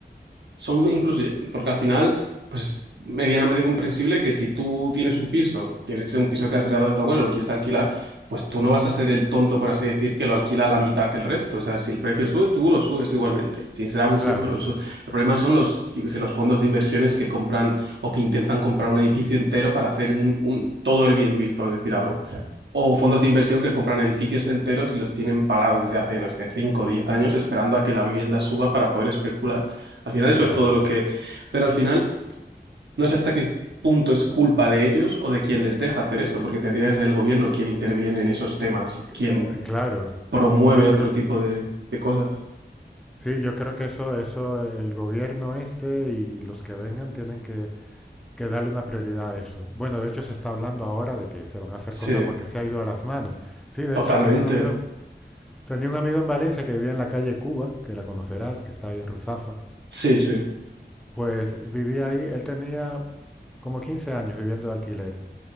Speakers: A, on the right; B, in the centre.
A: Son inclusive, porque al final, pues es medianamente comprensible que si tú tienes un piso, tienes que ser un piso que has heredado de tu abuelo, lo quieres alquilar, pues tú no vas a ser el tonto, por así decir, que lo alquila a la mitad que el resto. O sea, si el precio sube, tú lo subes igualmente, sin ser abusivo,
B: Claro,
A: pero sube. El problema son los, yo qué sé, los fondos de inversiones que compran o que intentan comprar un edificio entero para hacer un, un todo Airbnb, por decir algo. O fondos de inversión que compran edificios enteros y los tienen parados desde hace, no sé, 5 o 10 años esperando a que la vivienda suba para poder especular. Al final eso
B: claro.
A: es todo lo que... Pero al final no sé hasta qué punto es culpa de ellos o de quien les deja hacer eso, porque tendría que ser el gobierno quien interviene en esos temas y quien
B: Eh, Claro,
A: promueve
B: yo creo,
A: otro tipo de, de cosas.
B: sí, yo creo que eso, eso, el gobierno este y, y los que vengan tienen que que darle una prioridad a eso. Bueno, de hecho se está hablando ahora de que se van a hacer
A: Sí,
B: cosas porque se ha ido a las manos. Sí, de
A: totalmente.
B: hecho tenía un amigo en, tenía un amigo en Valencia que vivía en la calle Cuba, que la conocerás, que está ahí en Ruzafa.
A: Sí, sí.
B: Pues vivía ahí, él tenía como 15 años viviendo de alquiler.